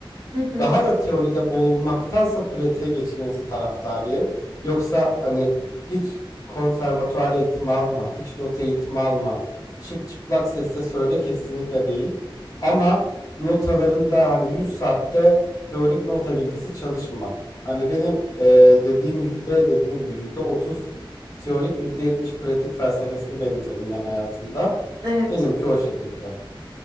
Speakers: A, on the right; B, on the left.
A: Hı hı.
B: daha da teoride bulunmaktansa pratiğe geçilmesi taraftarıyım. Yoksa hani hiç konservatuar eğitimi alma, hiç not eğitimi alma, çık çıplak sesle söyle kesinlikle değil. Ama notaların da hani 100 saatte teorik nota bilgisi çalışma. Hani benim eee, dediğim yüzde dediğim gibi yüzde 30 teorik yüzde 70 pratik felsefesini benimsedim ben hayatımda.
A: Evet.
B: Benimki o şekilde.